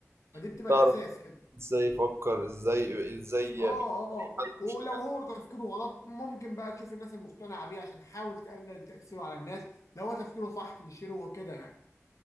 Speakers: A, on the left; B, on the right.
A: فدي بتبقى
B: بتعرف
A: الأساس كده
B: ازاي يفكر ازاي ازاي
A: اه
B: بي-
A: اه
B: بيحل
A: ولو
B: مشكلات
A: هو تفكيره غلط ممكن بقى تشوف الناس المقتنعة بيه عشان تحاول تقلل تأثيره على الناس لو هو تفكيره صح تنشره وكده يعني